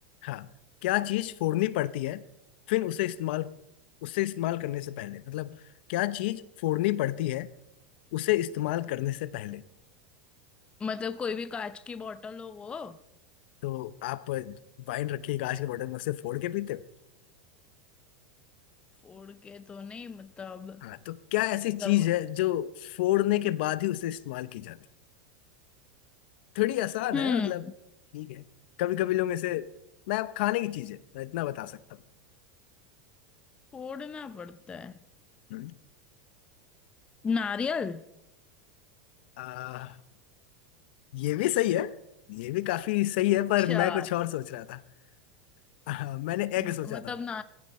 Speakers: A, on the left; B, on the left.
A: हाँ क्या चीज फोड़नी पड़ती है फिर उसे इस्तेमाल उसे इस्तेमाल करने से पहले मतलब क्या चीज फोड़नी पड़ती है उसे इस्तेमाल करने से पहले
B: मतलब कोई भी कांच की बोतल हो वो
A: तो आप वाइन रखिए कांच के बॉटल में उसे फोड़ के पीते हो
B: फोड़ के तो नहीं मतलब
A: हाँ तो क्या ऐसी चीज
B: दब
A: है जो फोड़ने के बाद ही उसे इस्तेमाल की जाती है थोड़ी आसान
B: हम्म
A: है मतलब ठीक है कभी कभी लोग ऐसे मैं अब खाने की चीज है मैं इतना बता सकता हूँ
B: फोड़ना पड़ता है
A: हम्म।
B: नारियल
A: आ, ये भी सही है ये भी काफी सही है पर
B: चल
A: मैं कुछ और सोच रहा था आ, मैंने
B: न-
A: एग सोचा
B: मतलब
A: था
B: ना